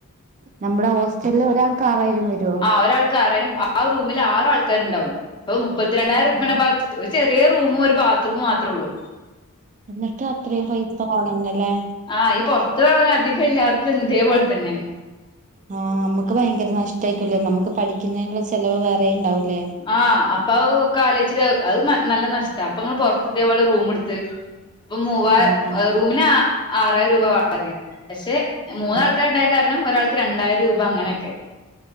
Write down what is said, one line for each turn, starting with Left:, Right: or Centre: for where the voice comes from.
Right: നമ്മുടെ ഹോസ്റ്റലിൽ ഒരാൾക്ക് ആറായിരം വരുരൊ
Left: ആരാൾക്കാരായാലും ആ റൂമിൽ ആറ് ആൾക്കാരുണ്ടാവും അപ്പൊ മുപ്പത്തിരണ്ടായിരം.
Right: ആ
Left: പ്പ ഒരു ചെറൊ റൂമും ഒരു ബാത്റൂമ് മാത്രള്ളൂ.
Right: എന്നിട്ട് അത്രേം പൈസ വാങ്ന്ന്ലെ
Left: ആ ഈ പൊർത്ത് ആ അധികംല്ലാട്ത് ഇങ്‌ ഇതേപോൽ തന്നെ.
Right: ആഹ് മ്മക്ക് ഭയങ്കെര നഷ്ടക്കൂല്ലേ നമ്മ്ക്ക് പഠിക്കുന്നെൻള്ള ചെലവ് വേറെം ഇണ്ടാവൂല്ലേ.
Left: ആഹ് അപ്പഹ് ക്കെ ആലോയ്ച്ചിട്ട് അഹ് നല്ല നഷ്ട അപ്പൊങ്ങൾ പൊർത്ത് ഇതെ ഇതെപൊലെ റൂം ഇട്ത്ത്. പ്പൊ മൂവായിയ്
Right: ആഹ് ആഹ്
Left: റൂമിന് ആറായിരൂപ വാടകെ പശെ മൂന്നാൾക്കാര്ണ്ടായ
Right: ആഹ്
Left: കാ ര് ണം ഒരാൾക്ക് രണ്ടായിരൂപ അങ്ങനെക്കെ